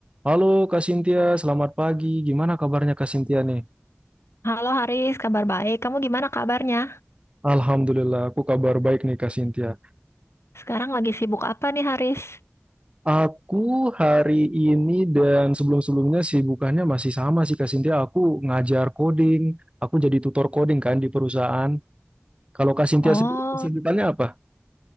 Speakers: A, on the right; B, on the left.
A: Halo Kak Sintia, selamat pagi. Gimana kabarnya Kak Sintia nih?
B: Halo Haris, kabar baik. Kamu gimana kabarnya?
A: Alhamdulillah, aku kabar baik nih Kak Sintia.
B: Sekarang lagi sibuk apa nih Haris?
A: Aku hari ini dan sebelum-sebelumnya sibukannya masih sama sih Kak Sintia. Aku ngajar coding, aku jadi tutor coding kan di perusahaan. Kalau Kak Sintia
B: Oh,
A: sendiri kesibukannya apa?